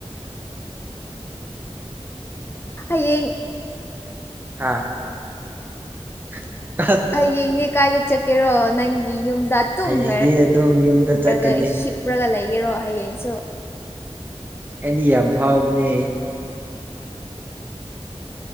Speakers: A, on the left; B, on the right.
A: ꯑꯦ
B: ꯍꯥꯥ <unintelligible>
A: ꯍꯌꯦꯡꯅꯦ ꯀꯥꯏꯗ ꯆꯠꯀꯦꯔꯣ ꯅꯪꯒꯤ ꯌꯨꯝ ꯗ ꯇꯨꯝꯅꯔꯔꯒ
B: ꯍꯌꯦꯡꯗꯤ ꯑꯗꯨꯝ ꯌꯨꯝꯗ ꯆꯠꯀꯅꯤ
A: ꯍꯤꯞꯂꯒ ꯂꯩꯒꯦꯔꯣ ꯍꯌꯦꯡꯁꯨ
B: ꯑꯩꯗꯤ ꯌꯥꯝ ꯐꯥꯎꯕꯅꯦ